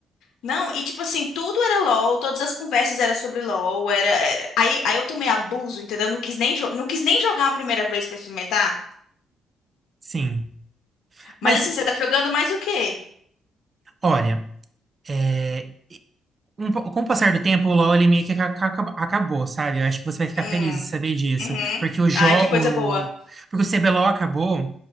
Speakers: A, on the left; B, on the right.
A: Não, e tipo assim, tudo era LOL, todas as conversas eram sobre LOL, era, era- Aí, aí eu tomei abuso, entendeu? Não quis nem, jo- não quis nem jogar uma primeira vez pra experimentar.
B: Sim. Mas,
A: Mas assim, você tá jogando mais o quê?
B: olha, é, um po- com o passar do tempo, o LoL ele meio que aca- aca- acabou, sabe? Eu acho que você vai ficar
A: Hum,
B: feliz de saber disso.
A: uhum.
B: Porque o jogo.
A: Ai, que coisa boa.
B: Porque o CBLOL acabou